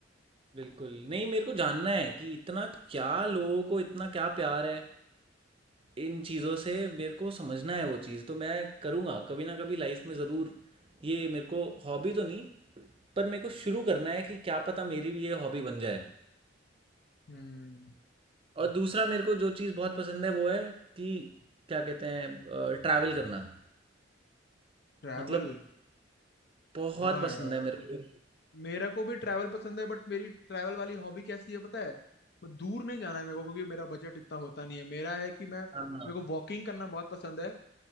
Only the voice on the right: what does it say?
बिल्कुल नहीं मेरे को जानना है कि इतना क्या लोगों को इतना क्या प्यार है इन चीज़ों से मेरे को समझना है वो चीज़ तो मैं करूँगा कभी ना कभी लाइफ में ज़रूर ये मेरे को हॉबी तो नहीं पर मेरे को शुरू करना है कि क्या पता मेरी भी ये हॉबी बन जाए
और दूसरा मेरे को जो चीज़ बहुत पसंद है वो है कि क्या कहते हैं ट्रैवल करना
मतलब बहुत
पसंद
है मेरे को
हाँ